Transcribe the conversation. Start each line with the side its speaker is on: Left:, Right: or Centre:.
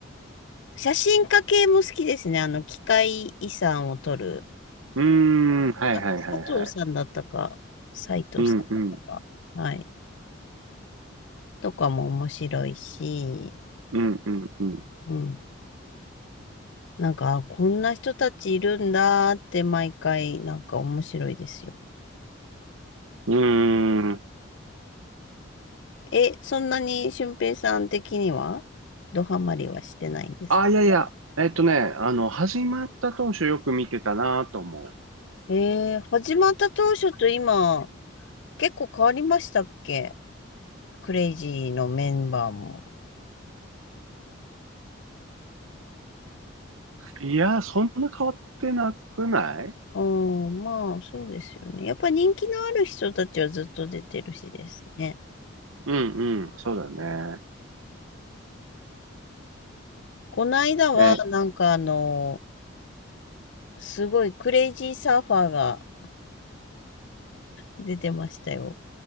Left: 写真家系も好きですね。あの、機械遺産を撮る。
Right: うーん、はいはいはいはい。
Left: あ、佐藤さんだったか、斉藤さんだったか。
Right: うんうん。
Left: はい。とかも面白いし、
Right: うんうんうん。
Left: うん。なんか、あこんな人たちいるんだって毎回、なんか面白いですよ。
Right: うーん。
Left: え、そんなに俊平さん的には、ドハマりはしてないんですか
Right: あ、いやいや、えっとね、あの、始まった当初よく見てたなと思
Left: えー、始まった当初と今、結構変わりましたっけクレイジーのメンバーも。
Right: う。いや、そんな変わってなくない
Left: うん、まあ、そうですよね。やっぱ人気のある人たちはずっと出てるしですね。
Right: うんうん、そうだね。
Left: この間は、
Right: え、
Left: なんかあの、すごいクレイジーサーファーが出てましたよ。